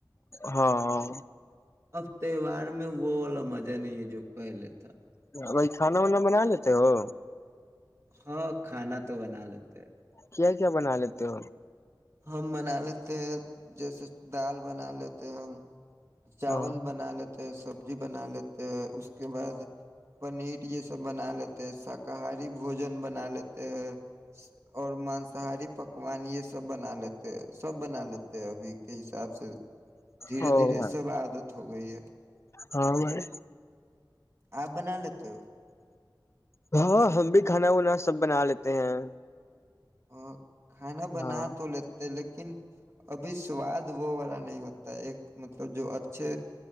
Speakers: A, on the left; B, on the right.
A: ہاں
B: اب تہوار میں وہ والا مزہ نہیں ہے جو پہلے تھا
A: بی کھانا وانا بنا لیتے ہو
B: ہاں کھانا تو بنا لیتے ہیں
A: کیا کیا بنا لیتے ہو
B: ہم بنا لیتے ہیں جیسے دال بنا لیتے ہیں ہم چاول
A: ہاں
B: بنا لیتے ہیں سب ج بنا لیے اس اس کے بعد پنیر یہ سب بنا لیتے ہیں شاکاہاری بوجن بنا لیتے ہیں اور مانساہاری پکوان یہ سب سب بنا لیتے سب بنا لیتے ابھی کے حساب سے دھیرے
A: او
B: دھیرے سب آ ج ہو گئی ہے
A: ہاں بائی
B: آپ بنا لیتے ہو
A: ہاں ہم بھی کھانا وانا سب بنا لیتے ہیں
B: اور کھانا بنا
A: ہاں
B: تو لیتے لیکن لیکن ابھی سواد وہ والا نہیں ہوتا ایک مطلب جو اچھے